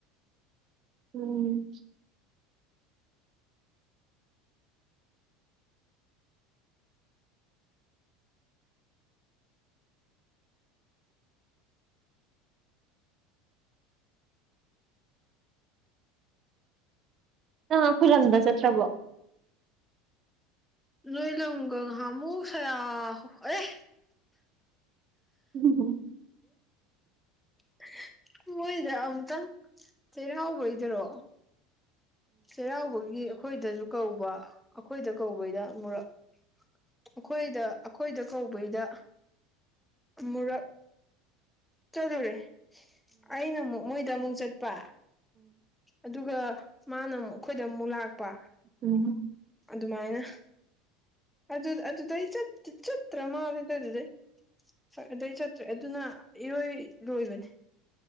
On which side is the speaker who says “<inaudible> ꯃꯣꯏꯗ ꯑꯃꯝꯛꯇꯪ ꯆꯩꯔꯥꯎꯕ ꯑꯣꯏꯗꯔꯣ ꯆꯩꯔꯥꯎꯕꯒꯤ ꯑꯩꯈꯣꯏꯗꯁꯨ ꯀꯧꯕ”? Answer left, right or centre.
Centre